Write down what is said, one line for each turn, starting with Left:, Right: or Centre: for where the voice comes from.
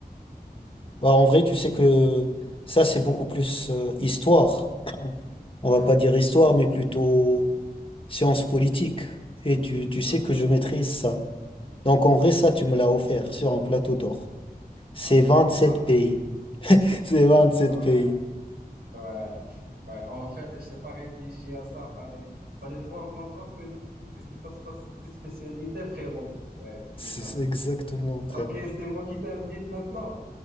Left: Bah, en vrai, tu sais que ça, c'est beaucoup plus euh, histoire.
Right: Ouais.
Left: On va pas dire histoire, mais plutôt science politique. Et tu, tu
Right: Exactement.
Left: sais que je maîtrise ça. Donc, en vrai, ça, tu me l'as offert sur un plateau d'or. C'est
Right: Ah ouais,
Left: vingt-sept
Right: ah
Left: pays. <laughs> C'est 27
Right: ouais,
Left: pays.
Right: ouais, ouais. En fait, j'ai pas réfléchi à ça. Fallait, fallait prendre encore que, que c'était ta spéc- ta spécialité, frérot. Ouais, putain.
Left: C'est c'est exactement, frère.
Right: Ok, c'est moi qui t'invite maintenant.